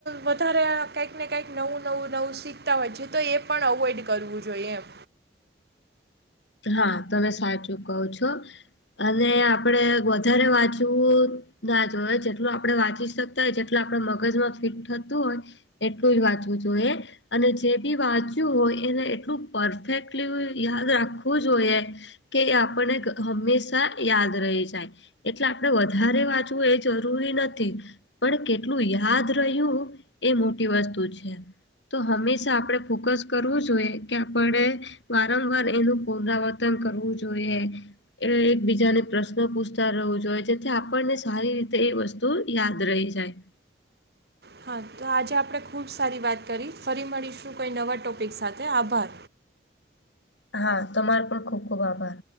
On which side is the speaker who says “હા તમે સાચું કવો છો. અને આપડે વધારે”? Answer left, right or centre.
Left